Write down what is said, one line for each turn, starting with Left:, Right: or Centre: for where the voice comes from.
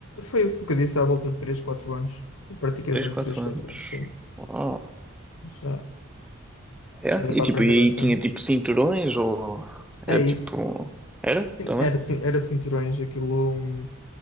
Left: Foi, foi o que eu disse, à volta de 3 4 anos. Eu pratiquei
Centre: três
Left: durante
Centre: quatro
Left: 3, 4
Centre: anos.
Left: anos, sim.
Centre: Oh,
Left: Já,
Centre: É?
Left: já deu
Centre: E
Left: para
Centre: tipo,
Left: aprender
Centre: e
Left: bastante.
Centre: tinha tipo cinturões ou
Left: É
Centre: era
Left: isso.
Centre: tipo. Era
Left: Sim,
Centre: também?
Left: era, cin- era cinturões, aquilo. hum,